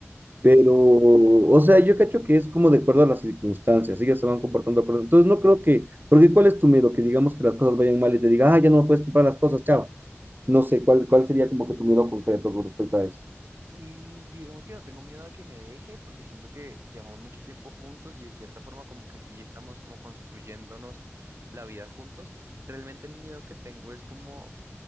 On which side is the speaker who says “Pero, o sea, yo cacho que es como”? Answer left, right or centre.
Right